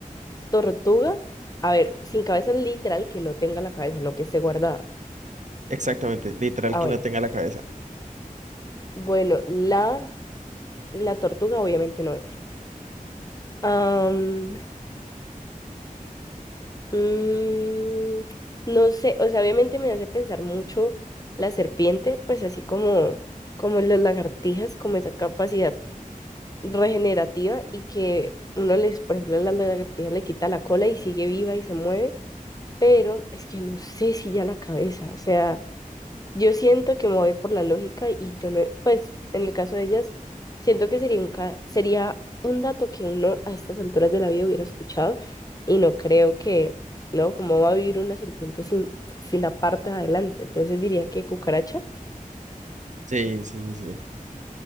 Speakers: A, on the left; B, on the right.
A: Tortuga, a ver, sin cabeza literal, que no tenga la cabeza, no que esté guardada.
B: exactamente, literal
A: Ah,
B: que
A: bueno.
B: no tenga la cabeza.
A: Bueno, la, la tortuga obviamente no es. Am, Mm, no sé, o sea, obviamente me hace pensar mucho la serpiente, pues así como, como las lagartijas, como esa capacidad regenerativa y que uno les, por ejemplo, a las lagartijas le quita la cola y sigue viva y se mueve, pero es que no sé si ya la cabeza, o sea... Yo siento que me voy a ir por la lógica y yo no, pues en el caso de ellas, siento que sería un, ca- sería un dato que uno a estas alturas de la vida hubiera escuchado y no creo que, ¿no? ¿Cómo va a vivir una serpiente sin, sin la parte de adelante? Entonces diría que cucaracha.
B: Sí, sí, sí, sí,